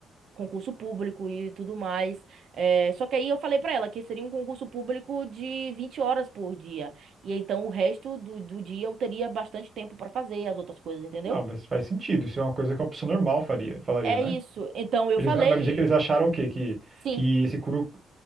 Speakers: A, on the right (about 65°); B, on the right (about 30°).
A: concurso público e tudo mais. É, só que aí eu falei pra ela que seria um concurso público de 20 horas por dia. E então o resto do, do dia eu teria bastante tempo pra fazer as outras coisas, entendeu?
B: Não, mas faz sentido. Isso é uma coisa que uma pessoa normal faria, falaria,
A: É
B: né?
A: isso. Então eu
B: Eles
A: falei,
B: vai vai me dizer que eles acharam o quê? Que,
A: sim,
B: que esse curo,